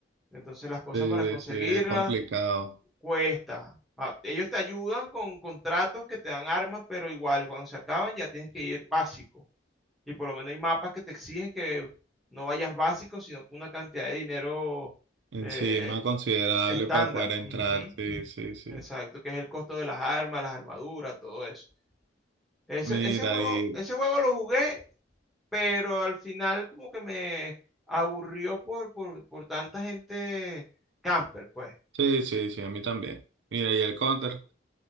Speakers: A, in the centre; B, on the right (about 70°).
A: Entonces las cosas
B: Sí,
A: para conseguirlas
B: sí, es complicado.
A: cuesta. Ah, ellos te ayudan con contratos que te dan armas, pero igual cuando se acaban ya tienes que ir básico. Y por lo menos hay mapas que te exigen que no vayas básico, sino con una cantidad de dinero
B: Encima,
A: eh,
B: considerable
A: estándar.
B: para poder
A: Ujú.
B: entrar. Sí, sí, sí.
A: Exacto, que es el costo de las armas, las armaduras, todo eso. Ese,
B: Mira,
A: ese juego,
B: y,
A: ese juego lo jugué, pero al final como que me aburrió por, por, por tanta gente camper, pues.
B: Sí, sí, sí, a mí también. Mira, y el counter,